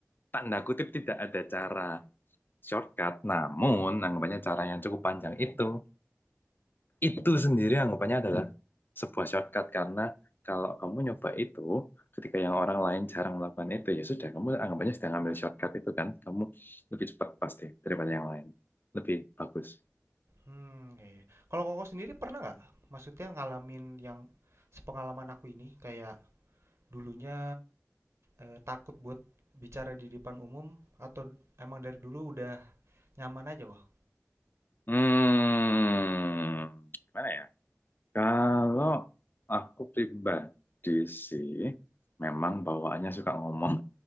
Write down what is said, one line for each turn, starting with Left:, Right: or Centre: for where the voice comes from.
Left: tanda kutip tidak ada cara shortcut, namun anggapannya cara yang cukup panjang itu itu sendiri anggapannya adalah sebuah shortcut karena kalau kamu nyoba itu ketika yang orang lain jarang melakukan itu ya sudah kamu anggapannya sedang ambil shortcut itu kan kamu lebih cepat pasti daripada yang lain lebih bagus
Right: Hmm, iya, iya. Kalau koko sendiri pernah nggak? Maksudnya ngalamin yang sepengalaman aku ini kayak dulunya eh, takut buat bicara di depan umum atau emang dari dulu udah nyaman aja kok?
Left: hmm gimana ya kalau aku pribadi sih memang bawaannya suka ngomong